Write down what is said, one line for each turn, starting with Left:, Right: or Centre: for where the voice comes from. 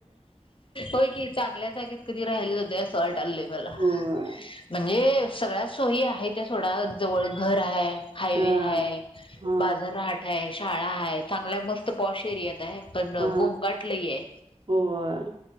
Left: होय की. चांगल्या जागेत कधी राहायला जातोय असं ट आणलंय मला
Right: होय
Left: म्हणजे सगळ्या सोयी आहे त्या सोडा जवळ घर हाये हायवे
Right: हा
Left: हाए.
Right: हा
Left: बाजारहाट हाये शाळा आए. चांगल्या मस्त पॉश एरियात आहे. पण
Right: हा
Left: गोंगट लई ए.
Right: होय.